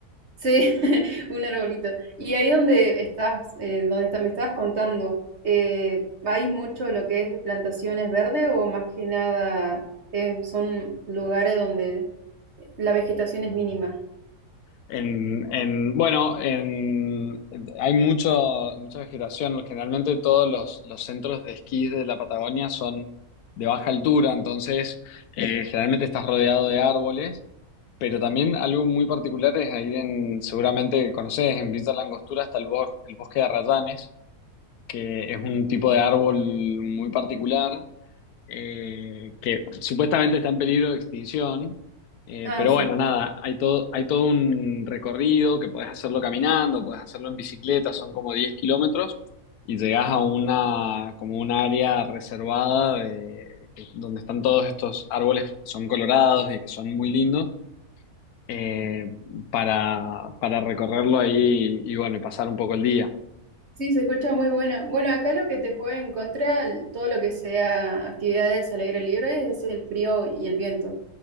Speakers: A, on the right (about 45°); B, on the left (about 80°).
A: Sí, <laughs> un arbolito. Y ahí donde estás, eh, donde ta- me estabas contando, eh, ¿hay mucho lo que es plantaciones verdes o más que nada eh, son lugares donde la vegetación es mínima?
B: En, en- bueno, en, hay mucho, mucha vegetación. Generalmente todos los, los centros de esquí de la Patagonia son de baja altura, entonces eh, generalmente estás rodeado de árboles, pero también algo muy particular es ahí en, seguramente conoces, en Villa La Angostura está el, bos- el bosque de arrayanes, que es un tipo de árbol muy particular eh, que supuestamente está en peligro de extinción. Eh,
A: Ah,
B: pero
A: sí.
B: bueno, nada, hay todo, hay todo un recorrido que podés hacerlo caminando, podés hacerlo en bicicleta, son como 10 kilómetros y llegás a una, como un área reservada de- que- donde están todos estos árboles que son colorados y que son muy lindos eh, para, para recorrerlo ahí y bueno, y pasar un poco el día.
A: Sí, se escucha muy buena. Bueno, acá lo que te juega en contra, l- todo lo que sea actividades al aire libre, es el frío y el viento.